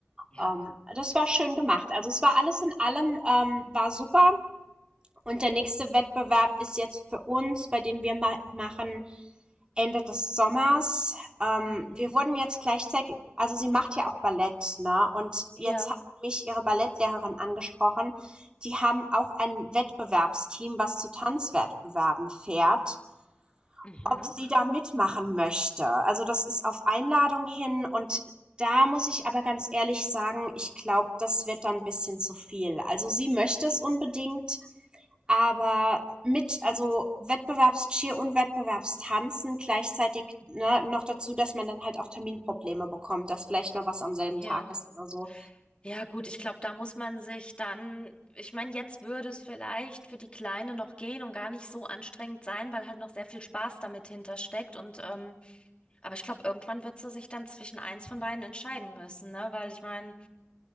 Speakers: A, on the left (about 25°); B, on the right (about 20°).
A: Ja.
B: Ähm, das war schön gemacht. Also es war alles in allem, ähm, war super und der nächste Wettbewerb ist jetzt für uns, bei dem wir ma machen Ende des Sommers. Ähm,
A: Mhm.
B: wir wurden jetzt gleichzeitig, also sie macht ja auch Ballett, ne? Und jetzt
A: Ja.
B: hat mich ihre Ballettlehrerin angesprochen. Die haben auch ein Wettbewerbsteam, was zu Tanzwettbewerben fährt,
A: Mhm.
B: ob sie da mitmachen möchte. Also das ist auf Einladung hin und da muss ich aber ganz ehrlich sagen, ich glaube, das wird dann ein bisschen zu viel. Also sie möchte es unbedingt aber mit, also Wettbewerbscheer und Wettbewerbstanzen gleichzeitig, ne, noch dazu, dass man dann halt auch Terminprobleme bekommt, dass vielleicht mal was am selben
A: Ja.
B: Tag ist oder so.
A: Ja, gut, ich glaube, da muss man sich dann, ich meine, jetzt würde es vielleicht für die Kleine noch gehen und gar nicht so anstrengend sein, weil halt noch sehr viel Spaß damit hintersteckt. Und ähm, aber ich glaube, irgendwann wird sie sich dann zwischen eins von beiden entscheiden müssen, ne? Weil ich meine,